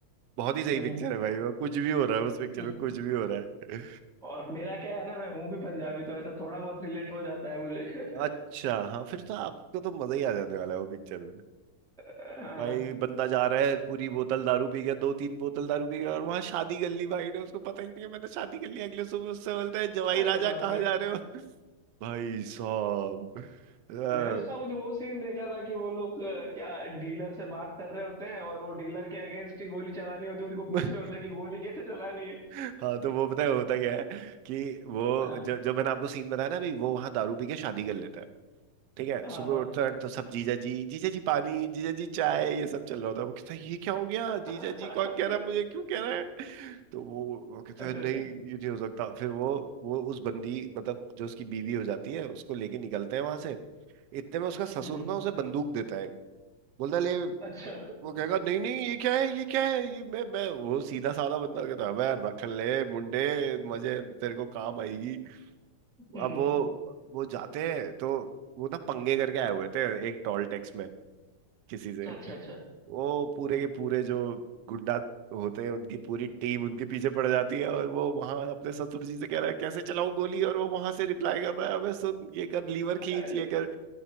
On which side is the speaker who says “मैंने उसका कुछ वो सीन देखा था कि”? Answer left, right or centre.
Centre